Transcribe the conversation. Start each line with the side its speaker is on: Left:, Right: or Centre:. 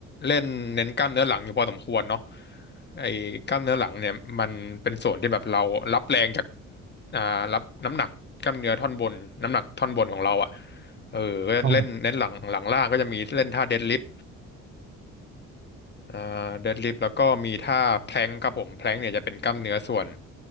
Left: เล่นเน้นกล้ามเนื้อหลังอยู่พอสมควรเนาะไอ้กล้ามเนื้อหลังเนี่ยมันเป็นส่วนที่แบบเรารับแรงจากอ่ารับน้ำหนักกล้ามเนื้อท่อนบนน้ำหนักท่อนบนของเราอ่ะเออก็เล่นเน้นหลังหลังล่างก็จะมีเล่นท่าเดดลิฟ
Right: อ๋อ
Left: อ่าเดดลิฟแล้วก็มีท่าแพลงครับผมแพลงเนี่ยจะเป็นกล้ามเนื้อส่วน